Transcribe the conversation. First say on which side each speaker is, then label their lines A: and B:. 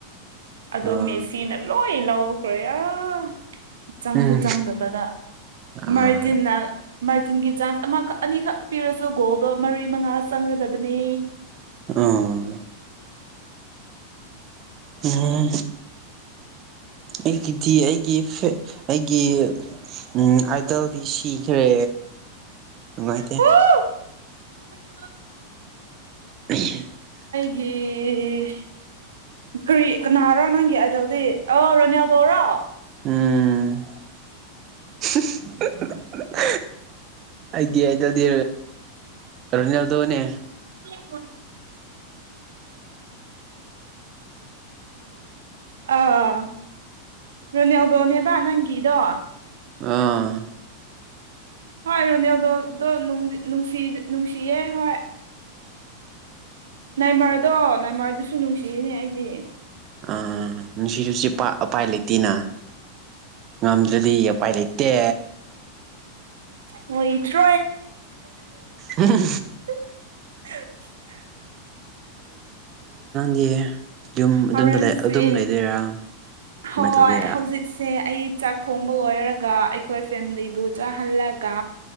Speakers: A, on the right; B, on the right.
A: ꯑꯗꯣ
B: ꯑꯥ
A: ꯃꯦꯁꯤꯅ ꯂꯣꯏ ꯂꯧꯈ꯭ꯔꯦ ꯑꯥ ꯆꯪꯁꯨ
B: ꯎꯝ
A: ꯆꯪꯗꯕꯗ
B: ꯑꯥ
A: ꯃꯥꯔꯇꯤꯟꯅ ꯃꯥꯔꯇꯤꯟꯒꯤ ꯆꯥꯟꯖ ꯑꯃꯈꯛ ꯑꯅꯤꯈꯛ ꯄꯤꯔꯁꯨ ꯒꯣꯜꯗꯣ ꯃꯔꯤ ꯃꯉꯥ ꯆꯪꯒꯗꯕꯅꯤ
B: ꯑꯥ ꯎꯝ ꯑꯩꯒꯤꯗꯤ ꯑꯩꯒꯤ ꯐꯦꯛ ꯑꯩꯒꯤ ꯎꯝ ꯑꯥꯏꯗꯜꯗꯤ ꯁꯤꯈ꯭ꯔꯦ ꯅꯨꯡꯉꯥꯏꯇꯦ
A: ꯍꯨ <inaudible>
B: <unintelligible>
A: ꯍꯦ ꯀꯔꯤ ꯀꯅꯥꯔꯣ ꯅꯪꯒꯤ ꯑꯥꯏꯗꯜꯗꯤ ꯑꯥ ꯔꯣꯅꯦꯜꯗꯣꯔꯣ
B: ꯎꯝ <unintelligible> ꯑꯩꯒꯤ ꯑꯥꯏꯗꯜꯗꯤ ꯔꯣꯅꯦꯜꯗꯣꯅꯦ
A: <unintelligible> ꯑꯥ ꯔꯣꯅꯦꯜꯗꯣꯅꯦꯕ ꯅꯪꯒꯤꯗꯣ
B: ꯑꯥ
A: ꯍꯣꯏ ꯔꯣꯅꯦꯜꯗꯣꯗꯣ ꯅꯨꯡꯁꯤ ꯅꯨꯡꯁꯤꯌꯦ ꯍꯣꯏ ꯅꯥꯏꯃꯔꯗꯣ ꯅꯥꯏꯃꯔꯗꯨꯁꯨ ꯅꯨꯡꯁꯤꯌꯦꯅꯦ ꯑꯩꯗꯤ
B: ꯑꯥ ꯅꯨꯡꯁꯤꯔꯁꯨ ꯄ ꯑꯄꯥꯏ ꯂꯩꯇꯦꯅ ꯉꯝꯗ꯭ꯔꯗꯤ ꯑꯄꯥꯏ ꯂꯩꯇꯦ
A: ꯂꯣꯏꯇ꯭ꯔꯦ
B: ꯎꯝ
A: <unintelligible>
B: ꯑꯦ ꯌꯨꯝ ꯑꯗꯨꯝ
A: ꯍꯣꯔꯦꯟꯁꯦ
B: ꯑꯗꯨꯝ ꯂꯩꯗꯣꯏꯔꯥ ꯀꯃꯥꯏꯅ
A: ꯍꯣꯏ
B: ꯇꯧꯗꯣꯏꯔꯥ
A: ꯍꯧꯖꯤꯛꯁꯦ ꯑꯩ ꯆꯥꯛ ꯊꯣꯡꯕ ꯂꯣꯏꯔꯒ ꯑꯩꯈꯣꯏ ꯐꯦꯃꯤꯂꯤꯕꯨ ꯆꯥꯍꯜꯂꯒ